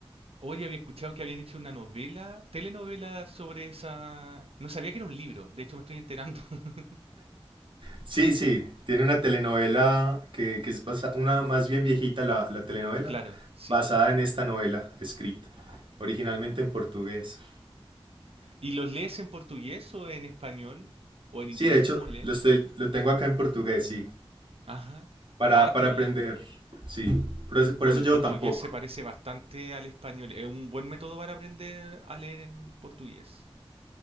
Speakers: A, on the right; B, on the right.
A: Hoy había escuchado que habían hecho una novela, telenovela sobre esa... No sabía que era un libro, de hecho me estoy enterando. <laughs>
B: Sí, sí, tiene una telenovela que, que es basa- una más bien viejita la, la telenovela,
A: Claro, sí.
B: basada en esta novela escrita, originalmente en portugués.
A: ¿Y los lees en portugués o en español? ¿O en inglés
B: Sí, de hecho,
A: como lees?
B: lo, estoy- lo tengo acá en portugués, sí,
A: Ajá.
B: para,
A: Ah,
B: para
A: qué bien.
B: aprender, sí, por eso, por
A: Bueno,
B: eso
A: el
B: llevo
A: portugués
B: tan poco.
A: se parece bastante al español. Es un buen método para aprender a leer en portugués.